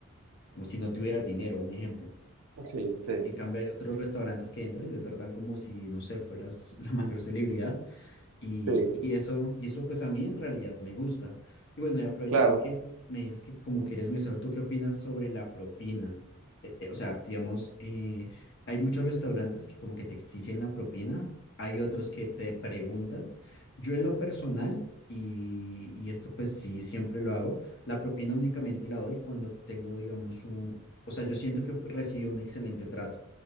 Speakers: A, on the left; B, on the right.
A: como si no tuvieras dinero, un ejemplo.
B: Sí, sí,
A: En cambio hay otros restaurantes que entran y te tratan como si, no sé, fueras la mayor celebridad y,
B: sí,
A: y eso, y eso pues a mí en realidad me gusta. Y bueno, y aprovechando
B: claro.
A: que me dices que como que eres mesero, ¿tú qué opinas sobre la propina? Eh, eh, o sea, digamos, eh, hay muchos restaurantes que como que te exigen la propina, hay otros que te preguntan. Yo en lo personal, y, y esto pues sí, siempre lo hago, la propina únicamente la doy cuando tengo, digamos, un... O sea, yo siento que fu- recibí un excelente trato,